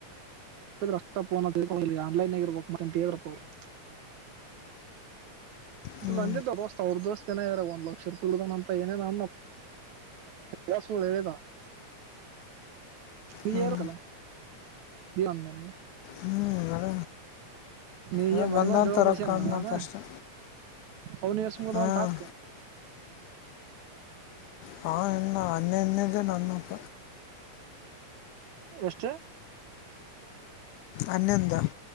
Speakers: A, on the right (about 70°); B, on the left (about 85°).
A: ಅಷ್ಟೋ ಆನ್ಲೈನ್ ಆಗಿರ್ಬೇಕಕ್ ಮತ್ತೆಂತ ಹೇಳ್ರಪ್ಪ ಅವರು
B: ಹ್ಞೂ
A: ಅಂದಿದ್ದ ದೋಸ್ತ ಅವ್ರ ದೋಸ್ತ ಏನ ಇದಾರೆ ಒಂದ ಲಕ್ಷ ರೂಪಾಯಿಳ್ದ ಅಂತ ಏನೇ ನ ಅ ಹಸಡೆದ ವಿಜರ್ಕ
B: ಹ್ಞೂ
A: ಇ ಒಂದಂದನ
B: ಹ್ಞೂ ಅದ
A: ನೀ
B: ಅದ
A: ಮಣಿಮನ್
B: ಬಂದಂಥ
A: ಡ ಮುಡಚ
B: ರೊಕ್ಕ ಅಂದನಪ್ಪ
A: ನಣ
B: ಅಷ್ಟೆ
A: ಅ ನೀಯ ಸಂಬಧದಬನ್
B: ಹಾಂ
A: ಟಸ್ಕ
B: ಹಾ ಇ ಅನ್ನನ್ನಜ ನನ್ನಪ
A: ಎಷ್ಟಷ್ಟೇ
B: ಅನ್ನ ಎಂದ